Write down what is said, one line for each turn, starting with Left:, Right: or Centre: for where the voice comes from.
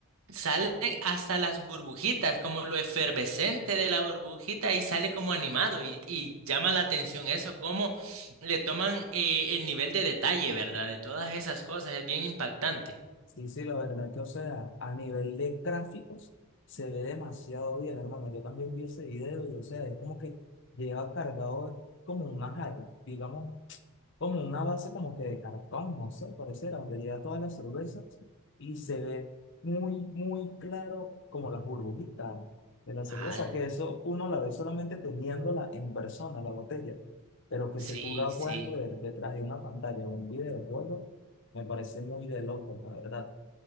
Right: salen hasta las burbujitas, como lo efervescente de la burbujita y sale como animado y, y llama la atención eso, cómo le toman eh, el nivel de detalle, ¿verdad? De todas esas cosas, es bien impactante.
Left: Sí, sí, la verdad que, o sea, a nivel de gráficos se ve demasiado bien, hermano. Yo también vi ese video y, o sea, es como que lleva cargado como una jarra, digamos, como una base como que de cartón, no sé, pareciera, donde lleva todas las cervezas y se ve muy, muy claro como las burbujitas de la cerveza,
Right: Ah,
Left: que eso uno la ve solamente teniéndola en persona, la botella, pero que
Right: sí,
Left: se tú la
Right: sí.
Left: puedas ver detrás de una pantalla o un videojuego, me parece muy de loco, la verdad.